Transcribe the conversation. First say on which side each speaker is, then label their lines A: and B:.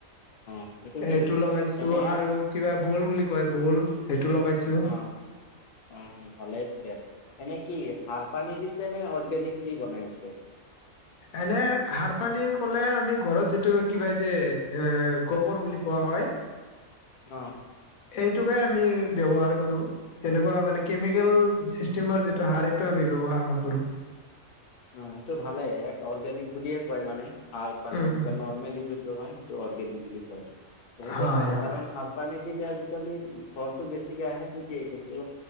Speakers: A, on the left (about 55°); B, on the left (about 80°).
A: অ এইটো
B: সেইটো
A: কি
B: লগাইছো
A: এনে
B: আৰু কিবা ভোল বুলি‍ কয় ভোল সেইটো লগাইছো
A: অ', অ ভালে দিয়া এনে কি সাৰ পানী দিছে নে অৰ্গেনিকলি বনাই আছে
B: এনে সাৰ পানী ক'লে আমি ঘৰত যিটো কিবা যে এ গোবৰ বুলি কোৱা হয়
A: অ
B: এইটোকে আমি ব্যৱহাৰ কৰো তেনেকুৱা মানে কেমিকেল চিষ্টেমৰ যিটো সাৰ সেইটো আমি ব্যৱহাৰ নকৰো
A: অ সেইটো ভালে এক অৰ্গেনিক বুলিয়ে কয় মানে সাৰ পানী
B: উম উম
A: নৰ্মেলি যোন হয় সেইটো অৰ্গেনিক বুলি কয় বহুতে
B: হয়
A: ভাল
B: হয়
A: কাৰণ সাৰ পানী দিলে আজিকালি ফলটো বেছি কে আহে ঠিকেই কিন্তু